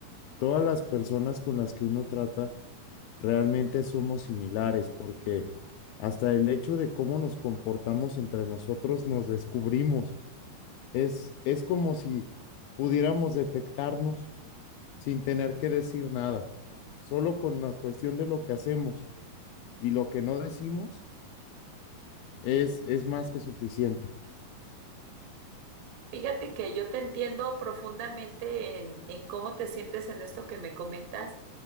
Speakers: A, on the left; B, on the right.
A: Todas las personas con las que uno trata realmente somos similares porque hasta el hecho de cómo nos comportamos entre nosotros nos descubrimos. Es, es como si pudiéramos detectarnos sin tener que decir nada, solo con la cuestión de lo que hacemos y lo que no decimos, Es, es más que suficiente.
B: Fíjate que yo te entiendo profundamente en, en cómo te sientes en esto que me comentas,